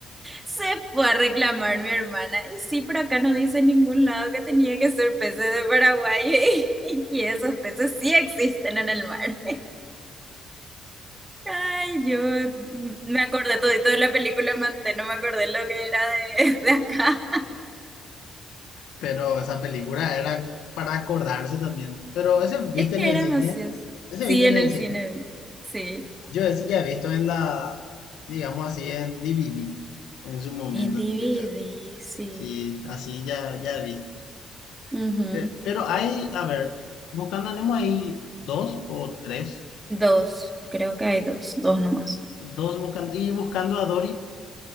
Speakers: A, on the right; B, on the left.
A: Se fue a reclamar mi hermana. Y sí, por acá no dice en ningún lado que tenía que ser peces de Paraguay. <laughs> Y esos peces sí existen en el mar. Ay, yo me acordé todito de la película Manté, no me acordé lo que era de, <laughs> de acá.
B: pero esa película era para acordarse también. Pero ese viste
A: Es que
B: en el
A: era
B: cine.
A: ociosos.
B: Ese
A: Sí,
B: viste
A: en
B: en el
A: el
B: cine.
A: cine vi. Sí.
B: Yo ese ya he visto en la, digamos así, en DVD. En su momento,
A: En DVD,
B: tipo ya.
A: sí.
B: Sí, así ya, ya he visto.
A: Ujú.
B: Pe- Pero, hay, a ver, Buscando a Nemo hay dos o tres.
A: Dos, creo que hay dos, dos nomás.
B: Dos buscando, y buscando a Dory,